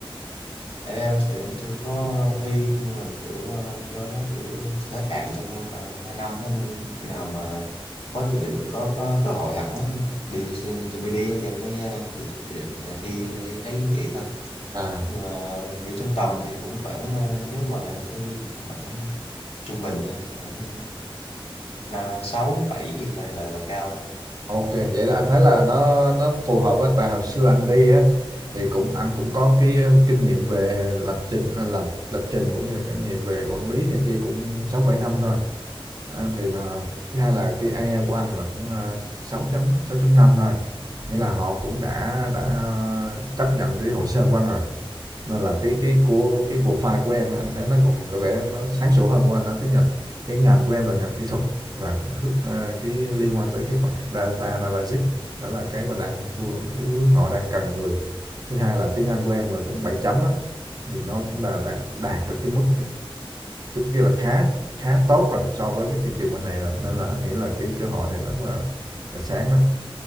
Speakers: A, on the left; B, on the right.
A: IELTS thì anh chưa có thi nhưng mà kiểu ờ, cho nó kiểu sẽ hết hạn trong khoảng 2 năm đó, nên khi nào mà có dự định có, có cơ hội hẳn á, đi xe- chuẩn bị đi á thì em mới ờ, dự dự định là thi lấy, lấy chứng chỉ thôi
B: À,
A: nhưng mà nghĩ trong tầm thì cũng khoảng ờ, nếu mà em thi thì cũng khoảng trung bình thôi khoảng là sáu bảy gì thôi là là cao rồi
B: OK, vậy là anh thấy là nó nó phù hợp á, tại hồi xưa anh đi á thì cũng anh cũng có cái, ơ, kinh nghiệm về lập trình, à, lập lập trình cũng như kinh nghiệm về quản lý này kia cũng sáu bảy năm thôi. Đó, thì là thứ hai là cái IELTS của anh là cũng ờ, 6 chấm năm 5 thôi. Nghĩa là họ cũng đã đã chấp nhận cái hồ sơ của anh rồi. Nên là cái cái của cái profile của em anh thấy nó còn có vẻ nó sáng sủa hơn của anh đó, tức là cái ngành của em là ngành kỹ thuật và cái, hướng- ờ, cái liên quan tới cái phần data analytics đó là cái mà đang xu hướng họ đang cần người. Thứ hai là tiếng Anh của em là cũng 7 chấm á thì nó cũng là đạt, đạt được cái mức uh, kia là khá khá tốt rồi so với cái thị trường bên này rồi nên là anh nghĩ là cái cơ hội này nó là là sáng đó